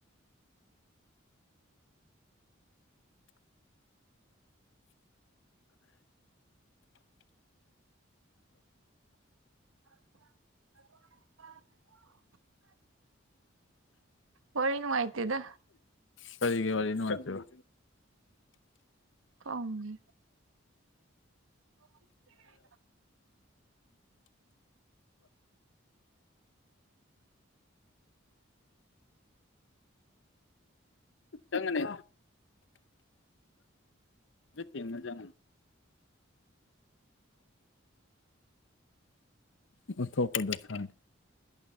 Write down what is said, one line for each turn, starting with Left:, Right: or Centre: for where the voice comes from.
Right: <unintelligible> ꯋꯥꯔꯤ ꯅꯨꯡꯉꯥꯏꯇꯦꯗ
Left: ꯀꯔꯤꯒꯤ ꯋꯥꯔꯤ ꯅꯨꯡꯉꯥꯢꯇ꯭ꯔꯤꯕ
Right: ꯀꯥꯎꯑꯦ <inaudible>
Left: ꯅꯪ ꯅꯅꯦ ꯌꯦꯡꯅꯖ ꯑꯣꯟꯊꯣꯛꯄꯗ ꯗꯁꯥꯅꯤ